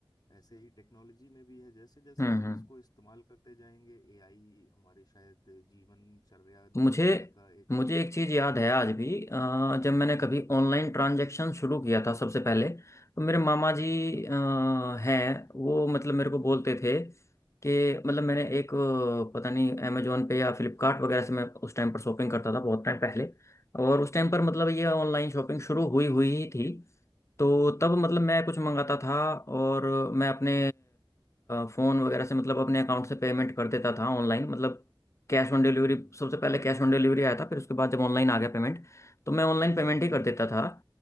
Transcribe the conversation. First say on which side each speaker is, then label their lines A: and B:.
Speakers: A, on the left; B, on the left.
A: ऐसे ही टेक्नोलॉजी में भी है जैसे जैसे
B: हम्म
A: हम इसको इस्तेमाल करते जाएंगे एआई हमारे शायद जीवनचर्या दिनचर्या
B: मुझे
A: का एक
B: मुझे
A: हम्म
B: एक चीज़ याद है
A: हम्म
B: आज भी अ, जब मैंने
A: हम्म,
B: कभी ऑनलाइन ट्रांजैक्शन शुरू किया था सबसे पहले तो मेरे मामा जी
A: हाँ
B: अ, हैं वो मतलब मेरे को बोलते
A: हम्म हम्म
B: थे कि मतलब मैंने एक अ, पता नहीं अमेजोन पे या फ्लिपकार्ट वगैरह से मैं उस टाइम पर शॉपिंग करता था बहुत टाइम पहले और उस टाइम पर मतलब
A: हम्म
B: ये ऑनलाइन शॉपिंग शुरू हुई हुई ही थी तो
A: हम्म
B: तब
A: हम्म
B: मतलब मैं कुछ मंगाता था और मैं अपने फ़ोन वगैरह से मतलब अपने अकाउंट से पेमेंट कर देता था ऑनलाइन मतलब कैश ऑन डिलीवरी
A: हम्म हम्म।
B: सबसे पहले कैश ऑन डिलीवरी आया था फिर उसके बाद जब ऑनलाइन आ गया पेमेंट तो मैं ऑनलाइन पेमेंट
A: जी
B: ही कर
A: जी
B: देता था